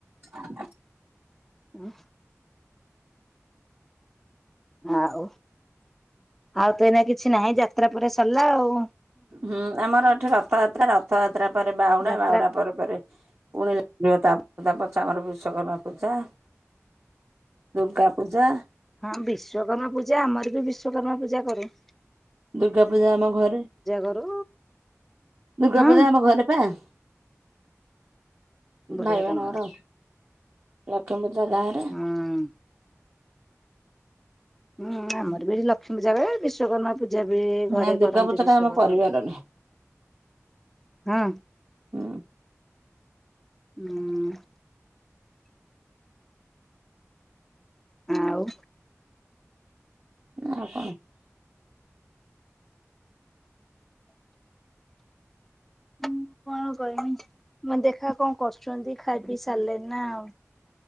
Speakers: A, on the right; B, in the centre.
A: ହ <inaudible>
B: ହୁଁ। ଆଉ ଆଉ ତ ଏଇନା କିଛି ନାହିଁ ଯାତ୍ରା ପରେ ସରିଲା ଆଉ।
A: ହୁଁ ଆମର ଏଠି ରଥଯାତ୍ରା ରଥଯାତ୍ରା ପରେ ବାହୁଡା
B: ଯାତ୍ରା
A: ବାହୁଡା ପରେ ପରେ ପୁଣି ଦେବତା ତା ପଛରେ ଆମର ବିଶ୍ୱଵକର୍ମା ପୂଜା ଦୁର୍ଗା ପୂଜା
B: ହଁ ବିଶ୍ଵକର୍ମା ପୂଜା ଆମର ବି ବିଶ୍ଵକର୍ମା ପୂଜା କରେ।
A: ଦୁର୍ଗା ପୂଜା ଆମ ଘରେ
B: କରୁ
A: ଦୁର୍ଗା
B: ହଁ
A: ପୂଜା ଆମ ଘରେ ଭାଇ
B: ବଢିଆ
A: ମାନଙ୍କର
B: ତମର
A: ଅ ଲକ୍ଷ୍ମୀ୍ ପୂଜା ଗାଁ ରେ
B: ହୁଁ। ହୁଁ ଆମର ବି ଏଠି ଲକ୍ଷ୍ମୀ ପୂଜାା ବିଶ୍ଵକର୍ମା ପୂଜା ବି ଘରେ
A: ନା ଦୁର୍ଗା
B: କରନ୍ତି
A: ପୂଜା
B: ବିଶ୍ଵକର୍ମା
A: ଟା ଆମ ପରିବାରରେ
B: ପୂଜା ହୁଁ।
A: ହୁଁ
B: ହୁଁ। ହଁ ଆଉ।
A: ଆଉ କଣ?
B: ମୁଁ କଣ କହିବି ମାନେ ଦେଖା କଣ କରୁଛନ୍ତି ଖାଇ ପିଇ ସାରିଲେ ନା ଆଉ।